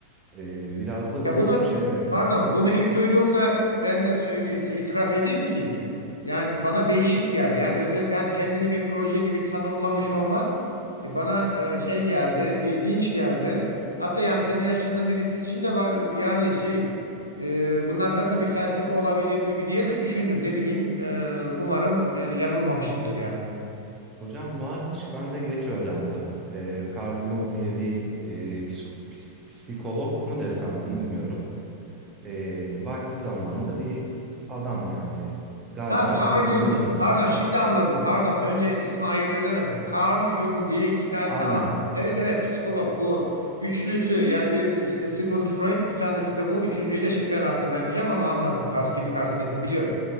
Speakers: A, on the right; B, on the left.
A: Ee, biraz da bunu
B: Ya bunu
A: şeyle
B: pardon bunu ilk duyduğumda ben de söyle şey, itiraf edeyim ki yani bana değişik geldi. Yani özellikle hani kendini bir proje gibi tanımlamış olman e, bana e, şey geldi, ilginç geldi. Hatta yani senin yaşında birisi için de ba- yani şey e, bunun arkasında bir felsefe olabilir gibi diye de düşündüm. Ne bileyim e, umarım e, yanılmamışımdır yani.
A: hocam varmış ben de geç öğrendim. Ee, Carl Jung diye bir e, psiko- ps- psikolog mu desem bilmiyorum. e, vakti zamanda bir adam yani galiba
B: Ha Carl
A: Freud'un
B: Jung.
A: öğrencisi.
B: Pardon şimdi anladım. Pardon. Önce ismi ayırt edemedim. Carl Jung diye iki tane
A: A-
B: tamam.
A: Aynen,
B: Evet evet psikolog bu üçlüsü yani birisi işte Sigmund Freud bir tanesi de bu. Üçüncüyü de şimdi ben hatırlayamayacağım ama anladım. Kas, kimi kastettim biliyorum.